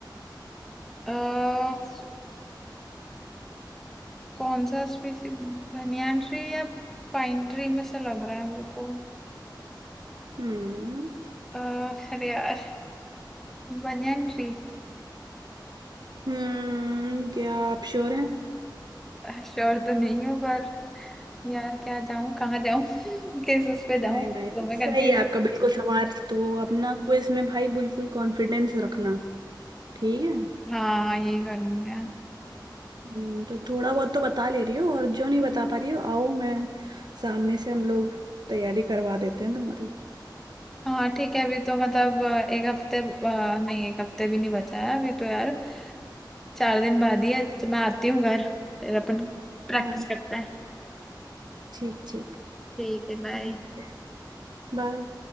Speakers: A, in the centre; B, on the right (about 60°).
A: अह, कौन सा स्पीसी बनियान ट्री या पाइन ट्री में से लग रहा है मेरे को
B: हम्म
A: अह, अरे यार बनियान ट्री
B: हम्म क्या आप श्योर हैं
A: श्योर तो नहीं हूँ पर यार क्या जाऊं कहाँ जाऊं <laughs> किस उस पे जाऊं
B: नहीं
A: तो
B: नहीं
A: मैं
B: सही
A: कंफ्यूज
B: है आपका बिल्कुल सवाल तो अपना क्विज में भाई बिल्कुल कॉन्फिडेंस रखना ठीक है
A: हाँ हाँ, यही करूंगी यार
B: हम्म, तो थोड़ा बहुत तो बता ले रही हो और जो नहीं बता पा रही हो आओ मैं सामने से हम लोग तैयारी करवा देते हैं तुम्हारी
A: हाँ ठीक है अभी तो मतलब अ, एक हफ्ते अ, नहीं एक हफ्ते भी नहीं बचा है अभी तो यार चार दिन बाद ही है तो मैं आती हूँ घर फिर अपन प्रैक्टिस
B: हाँ
A: करते हैं
B: ठीक ठीक
A: ठीक है बाय
B: Okay bye